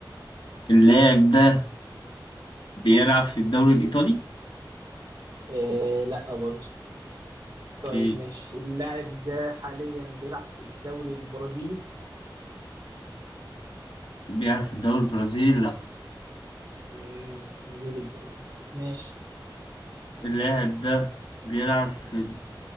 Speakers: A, on the left; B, on the right.
A: اللاعب ده بيلعب في الدوري الإيطالي
B: آه، لا برضه
A: اوكي
B: طيب ماشي اللاعب ده حاليا بيلعب في الدوري البرازيلي
A: بيلعب في الدوري البرازيلي لأ
B: مم، ليه بالدوري بس ماشي
A: اللاعب ده بيلعب في